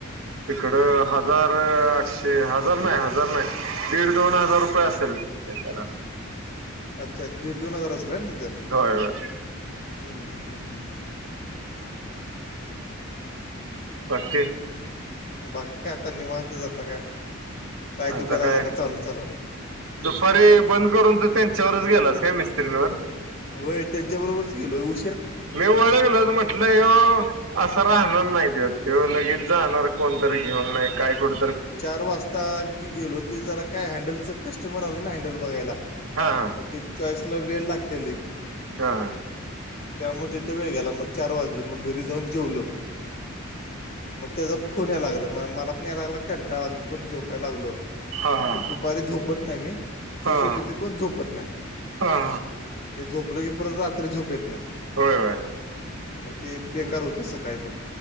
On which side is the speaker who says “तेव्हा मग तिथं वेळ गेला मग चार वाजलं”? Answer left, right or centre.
Left